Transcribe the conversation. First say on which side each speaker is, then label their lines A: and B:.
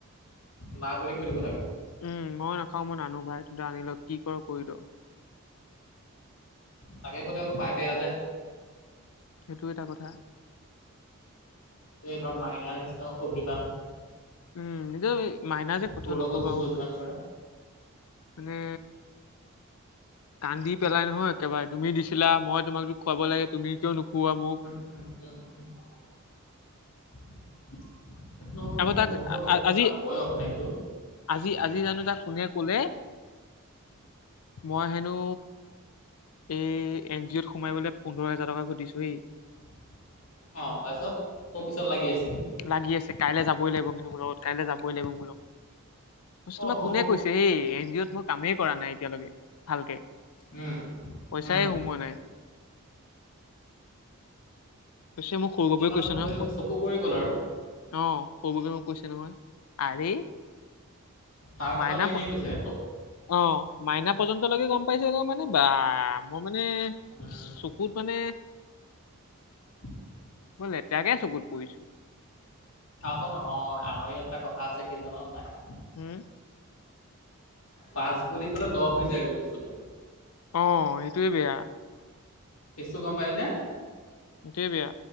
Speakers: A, on the left (about 65°); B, on the left (about 80°).
A: না বুলি কৈ দিব লাগে।
B: উম মই নাখাও মই নানো ভাই, তহঁতে আনি ল কি কৰ কৰিল।
A: তাকে কলে আকৌ পাই বেয়া যে।
B: সেইটো এটা কথা।
A: এই ধৰ মাইনাৰ নিচিনা অভিমান
B: উম, নিজৰ মাইনা যে কথা
A: তোৰ লগত
B: নকবা
A: যোনটো
B: আৰু
A: অভিমান কৰে
B: মানে কান্দি পেলাই নহয় একেবাৰে তুমি দিছিলা মই তোমাকতো খুৱাব লাগে তুমি কিয় নুখুওৱা মোক।
A: <unintelligible> সেইটো তহঁতৰ
B: আকৌ তাক
A: লগতো
B: আজি
A: তাৰ বয়স নে এইটো।
B: আজি আজি জানো তাক কোনে কলে মই হেনো এই এন জি অত সোমাই বোলে পোন্ধৰ হোজাৰ টকা ঘটিছো হেই।
A: অ, তাৰছত তোৰ পিছত লাগি আছে সি?
B: লাগি আছে কাইলে যাবই লাগিব কিন্তু মোৰ লগত কাইলে যাব যাবই লাগিব মোৰ লগত মই কৈছোঁ তোমাক
A: অহো
B: কোনে কৈছে এই ইন অ ত মই কামেই কৰা নাই এতিয়ালৈকে ভালকে।
A: উম,
B: পইচাই
A: উম
B: সোমোৱা নাই। কৈছে মোক সৰু বাবুই
A: ই মানে
B: কৈছে
A: তোৰ
B: নহয়
A: সেই
B: খুব অ,
A: চকু পৰি গ'ল আৰু
B: সৰু বাবুৱে মোক কৈছে নহয়। আৰে
A: তাৰ কথাটো
B: মাইনা
A: এনেই
B: প
A: কৈছে তোক
B: অ, মাইনা পৰ্যন্তলৈকে গম পাইছে গৈ মানে বা মই মানে
A: উম
B: চকুত মানে
A: <inaudible>
B: মই লেতেৰাকে চকুত পৰিছোঁ।
A: আকৌ নহয় আমাৰ ইয়াত এটা কথা আছে কি জাননে নাই
B: উম,
A: পাঁচ বুলি ক'লে দহ হৈ যায়গৈ বস্তুটো।
B: অ, এইটোয়ে বেয়া।
A: কেছটো গম পালি নে?
B: এইটোৱেই বেয়া।